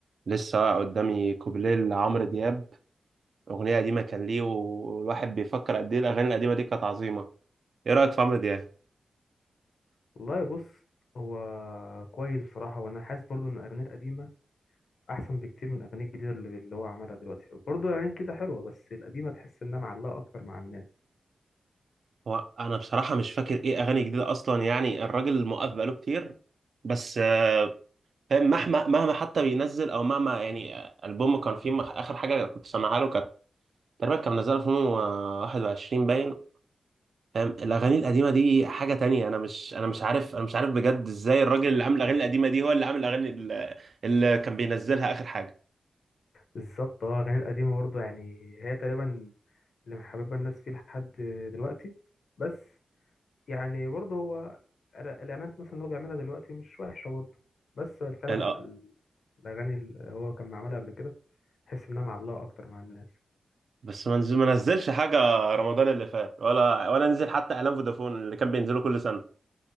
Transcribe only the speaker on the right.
لسه قدامي كوبليه لعمرو دياب أغنية قديمة كان ليه والواحد بيفكر قد إيه الأغاني القديمة دي كانت عظيمة إيه رأيك في عمرو دياب؟
هو أنا بصراحة مش فاكر إيه أغاني جديدة أصلا يعني الراجل موقف بقاله كتير بس آه، فاهم مهما مهما حتى بينزل أو مهما يعني آه، ألبومه كان فيه مخ- آخر حاجة كنت سامعها له كانت تقريبا كان منزلها في 2021 باين فاهم الأغاني القديمة دي حاجة تانية أنا مش أنا مش عارف أنا مش عارف بجد إزاي الراجل اللي عامل الأغاني القديمة دي هو اللي عامل الأغاني اللي اللي كان بينزلها آخر حاجة
الأ-
بس ما نزل ما نزلش حاجه رمضان اللي فات ولا ولا نزل حتى اعلان فودافون اللي كان بينزله كل سنه